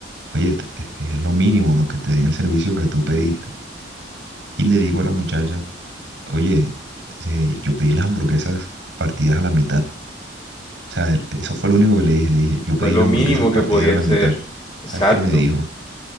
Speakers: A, on the right; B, on the left.
A: oye, te- es es lo mínimo, ¿no? Que te den el servicio que tú pediste. Y le digo a la muchacha, oye, eh, yo pedí las hamburguesas partidas a la mitad. O sea, el- eso fue lo único que le dije. Le dije, yo pedí
B: fue lo
A: las
B: mínimo
A: hamburguesas partidas
B: que podía
A: a la
B: hacer.
A: mitad.
B: Exacto.
A: ¿Sabes qué me dijo?